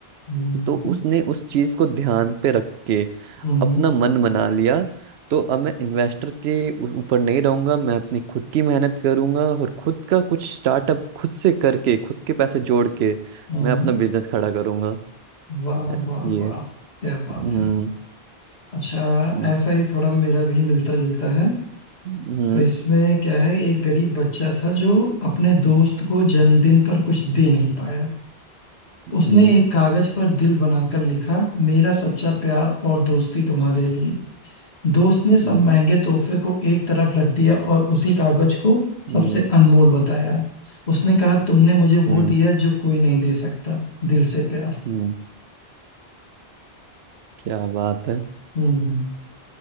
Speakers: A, on the left; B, on the right.
A: हम्म
B: तो
A: हम्म,
B: उसने उस चीज को ध्यान पे रख के
A: हम्म,
B: अपना
A: हम्म,
B: मन बना लिया तो अब मैं इन्वेस्टर के ऊ- ऊपर नहीं रहूंगा मैं अपनी खुद की मेहनत करूंगा और खुद का कुछ स्टार्टअप खुद से करके खुद के पैसे जोड़ के
A: हम्म।
B: मैं अपना बिजनेस खड़ा करूंगा
A: वाह
B: है,
A: वाह
B: ये
A: वाह क्या
B: हम्म
A: बात है अच्छा
B: हम्म
A: ऐसा ही थोड़ा मेरा भी मिलता जुलता है
B: हम्म
A: तो इसमें क्या है एक गरीब बच्चा था जो अपने दोस्त को जन्मदिन पर कुछ दे नहीं पाया
B: हम्म
A: उसने एक कागज पर दिल बनाकर लिखा मेरा सच्चा प्यार और दोस्ती तुम्हारे लिए दोस्त ने सब
B: हम्म
A: महंगे तोहफे को एक तरफ रख दिया और उसी कागज को
B: हम्म
A: सबसे अनमोल बताया उसने कहा तुमने मुझे
B: हम्म
A: वो दिया जो कोई नहीं दे सकता दिल से प्यार
B: हम्म, क्या बात है
A: हम्म